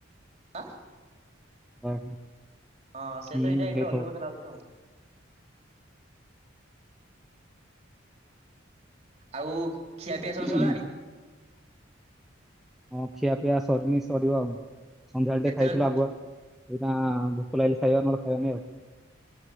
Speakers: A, on the right; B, in the centre.
A: ଆଉଆଁ?
B: ଆଉ
A: ହଁ ସେ
B: ହୁଁ
A: ତ ଏଇଟା ଏଇଠି
B: ହେଇଥିବ
A: ରହିବ ବୋଧେ ଲାଗୁଛି ଆଉ। ଆଉ ଖିଆ ପିଆ ସବୁ
B: ହଁ
A: ସରିଲାଣି?
B: ହଁ ଖିଆ ପିଆ ସରିନି ସରିବ ଆଉ ସନ୍ଧ୍ୟାବେଳେ
A: କେତେବେଳେ
B: ଟିକିଏ ଖାଇଥିଲୁ ଆଗୁଆ ଏଇଟାବୋ କାଲି ଖାଇବା ଆମେହେରା ଖାଇନିଉ?